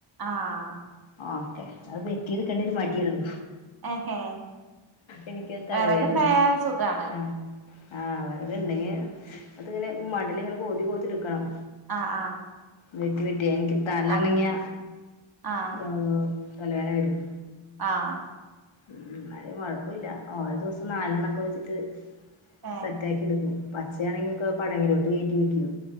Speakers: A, on the right; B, on the left.
A: ആഹ്
B: ഓക്കെ അത് വെട്ടിയെടുക്കേണ്ട ഒരു മടിയുള്ളൂ
A: ഏഹേ
B: എനിക്ക് തലവേദന
A: വെറകുണ്ടായാൽ സുഖാണ്
B: ആഹ്. ആ വെറക്ണ്ടെങ്കി അത്ങ്ങനെ മടല്ങ്ങനെ കോതി കോത്തി ഇട്ക്കണം.
A: അ ആഹ്
B: വെക്കി പെറ്റി ഇൻക്ക് തലനങ്ങിയ
A: ആഹ് ആഹ്
B: ഹ് തലവേന വരും
A: ആഹ്
B: ഉം എന്നാലു കൊഴപ്പുല്ല ഓരോ ദിവസം നാലെണ്ണക്കെ വെച്ചിട്ട്
A: ആഹ് ഏഹ്
B: സെറ്റാക്കിട്ക്കും പച്ചയാണെങ്കി ഒക്കെ പടങ്ങിലോട്ട് കേറ്റി വെക്കും